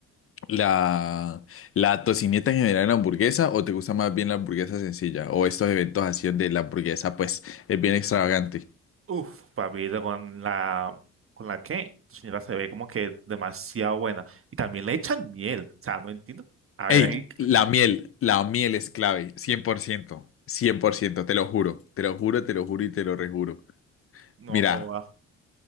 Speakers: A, on the left; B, on the right.
A: la, la tocineta en general en la hamburguesa, o te gusta más bien la hamburguesa sencilla, o estos eventos así de la hamburguesa, pues, es bien extravagante?
B: Uf, papito, con la, con la que tu señora se ve como que demasiado buena. Y también le echan miel. O sea, no entiendo. A ver,
A: Ey,
B: ahí
A: la miel, la miel es clave, cien cien por ciento cien por ciento te lo juro, te lo juro, te lo juro y te lo rejuro.
B: no
A: Mira.
B: joda.